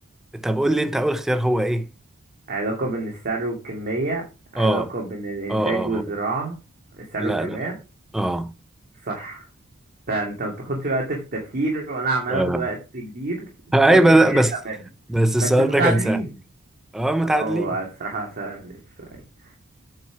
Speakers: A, in the centre; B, on the right.
A: <laughs> طب قول لي انت اول اختيار هو ايه
B: علاقة بين السعر والكمية علاقة
A: اه
B: بين الإنتاج
A: اه اه
B: والزراعة
A: هو
B: السعر
A: لا
B: والكمية
A: لا اه
B: صح فانت ما بتاخدش وقت في التفكير وانا عمال
A: اه
B: اخد وقت كبير
A: ايوه
B: فرق شاسع
A: بس بس
B: بينا
A: بس السؤال
B: بس متعادلين
A: ده كان سهل اه متعادلين
B: اه هو الصراحة سهل شوية